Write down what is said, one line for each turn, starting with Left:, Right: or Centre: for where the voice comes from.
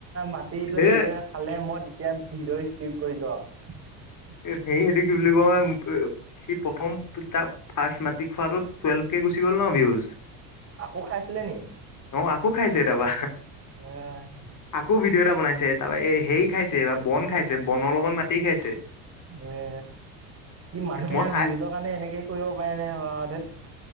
Right: মাটিটো যেতিয়া
Left: এ
Right: খালে মই তেতিয়া ভিডিঅ' স্কিপ কৰিলো আৰু।
Left: সেই এইটো কি বুলি কয়? সি প্ৰথম ফাৰ্ষ মাটি খোৱাটো টুৱেল্ভ কে গুচি গ'ল ন ভউজ।
Right: আকৌ খাইছিলে নি?
Left: অ, আকৌ খাইছে তা পা
Right: এ
Left: আকৌ ভি দেউ এটা বনাইছে তাৰপা এই হেৰি খাইছে বা বন খাইছে বনৰ লগত মাটি খাইছে।
Right: এ কি মানুহে
Left: মই চাই
Right: ভিউউজৰ কাৰণে এনেকে কৰিব পাৰে নে ধেৎ।